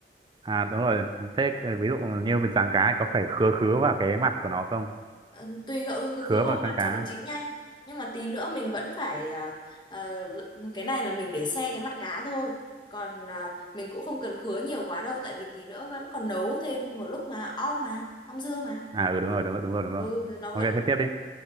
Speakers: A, on the right; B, on the left.
A: à đúng rồi thế cái- ví dụ như mình giáng cá ấy, có phải khứa khứa vào cái mặt của nó không
B: Ờ, tùy cậu ừ,
A: khứa
B: khứ khứ vào
A: vào
B: mặt
A: con cá
B: cho nó chín nhanh nhưng mà tí nữa mình vẫn phải ờ, ờ, l- cái này là mình để xe cái mặt cá thôi còn ờ, mình cũng không cần khứa nhiều quá đâu tại vì tí nữa vẫn còn nấu thêm một lúc mà om mà om dưa mà
A: à ừ đúng rồi đúng rồi đúng rồi đúng rồi
B: ừ nó
A: ok
B: vẫn
A: thế tiếp đi